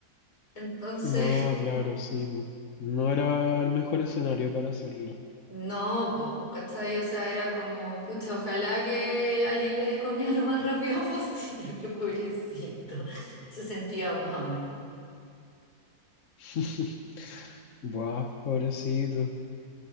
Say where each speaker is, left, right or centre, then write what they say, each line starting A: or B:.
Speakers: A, on the left; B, on the left.
A: Entonces...
B: No, claro, sí. po. No era el mejor escenario para hacerlo.
A: No, pues, ¿cachai? O sea, era como, pucha, ojalá que alguien le dé comida lo más rápido posible, <laughs> pobrecito. Se sentía mal.
B: <laughs> Buah, pobrecito.